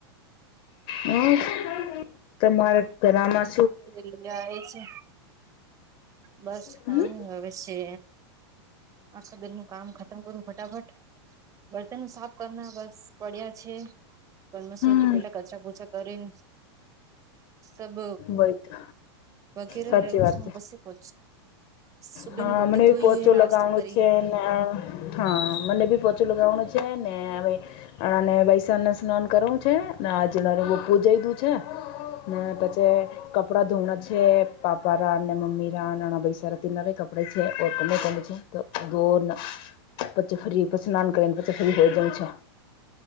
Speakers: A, on the left (about 45°); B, on the right (about 25°).
A: હ, તમારા ઘણામાં
B: એ એ છે. બસ કામ
A: હમ
B: હવે છે. આખા દન નું કામ ખતમ કરું ફટાફટ. બર્તન સાફ કરના બસ પડ્યા છે. પણ મે સોચ્યું
A: હમ
B: પેલા કચરા પૂચા કરીને. સબ
A: વય તો
B: વગેરે
A: સાચી
B: લેઉું
A: વાત
B: છે, હું પછી પહોંચ. સુબેની
A: હા
B: રોટી
A: મને
B: તો,
A: બી પોચો
B: એ
A: લગાવણું
B: નાશતા કરી.
A: છે ને, હા, મને બી પોચું લગાવવાનું છે ને ભાઈ. અનેને વૈસાણને સ્નાન કરવું છે ને, આજણર બ પૂજઈ દું છે ને પછી જે કપડાં ધૂણાં છે, પાપા રા અને મમ્મી રા નાના ભસાર તિનરે કપડે છે ઓ છે. તો દોરન બચે ફ્રી ઉપ સ્નાન કરને બચ ફ્રી હોય જમ છે <unintelligible>